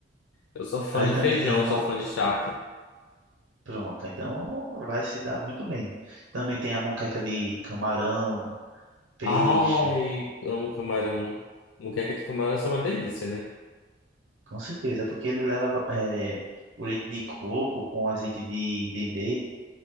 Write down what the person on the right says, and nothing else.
Aí
também
tem. mo-
Pronto, então vai se dar muito bem. Também tem a moqueca de camarão, peixe,
com certeza, porque ele leva é, o leite de coco com azeite de dendê.